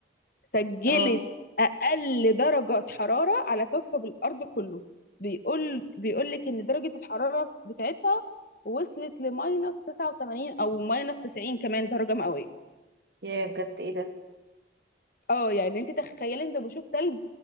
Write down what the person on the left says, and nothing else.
سجلت
اقل درجه حراره على كوكب الارض كله بيقول بيقول لك ان درجه الحراره بتاعتها وصلت لماينس 89 او ماينس 90 كمان درجه مئويه
اه يعني انت تخيلي انت بشوف تلج